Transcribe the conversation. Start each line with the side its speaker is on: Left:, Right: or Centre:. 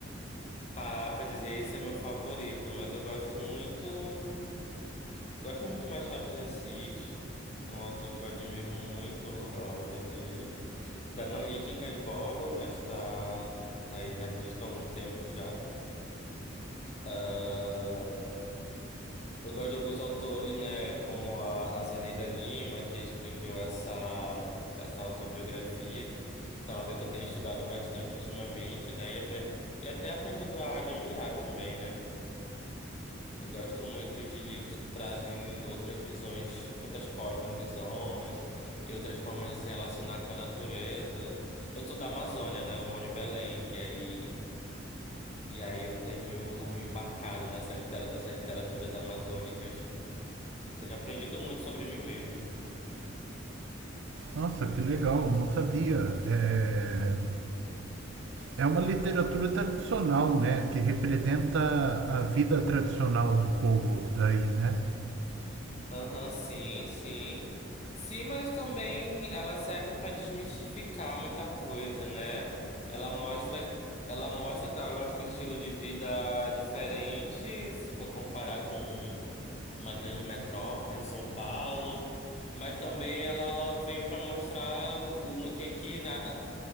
Left: parar para dizer esse é meu favorito, mas eu gosto muito. Eu gosto muito de Machado de Assis, é um autor que eu admiro muito a obra dele. Ainda não li Quincas Borba, mas tá, tá aí na lista há algum tempo já. Ah, eu gosto de alguns autores, né, como a, a Zeneida Lima, que escreveu essa, essa autobiografia. Então, alguém que eu tenho estudado bastante ultimamente, né, e, apre- e até aprendido a admirar também, né? Eu gosto muito de livros que trazem outras visões, outras cosmovisões e outras formas de se relacionar com a natureza. Eu sou da Amazônia, né? Eu moro em Belém e aí e aí eu tenho embarcado nessa litera- nessas literaturas amazônicas e tenho aprendido muito sobre mim mesmo.
Right: Nossa, que legal, não sabia. É... É uma literatura tradicional, né? Que representa a vida tradicional do povo daí, né?
Left: Aham, sim, sim. Sim, mas também ela serve para desmistificar muita coisa, né? Ela mostra, ela mostra, claro, eu acho que um estilo de vida diferente, se for comparar com uma grande metrópole em São Paulo, mas também ela vem para mostrar o, no que que na,